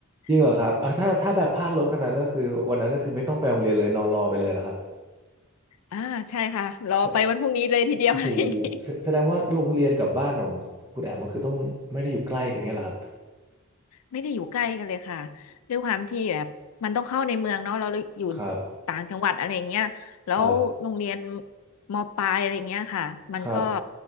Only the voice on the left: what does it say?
<laughs>
อ่าใช่ค่ะรอไปวันพรุ่งนี้เลยทีเดียว
<laughs> อะไรอย่างงี้
ไม่ได้อยู่ใกล้กันเลยค่ะด้วยความที่แบบมันต้องเข้าในเมืองเนาะเราอยู่
ต่างจังหวัดอะไรอย่างเงี้ยแล้วโรงเรียน
มปลายอะไรเงี้ยค่ะมันก็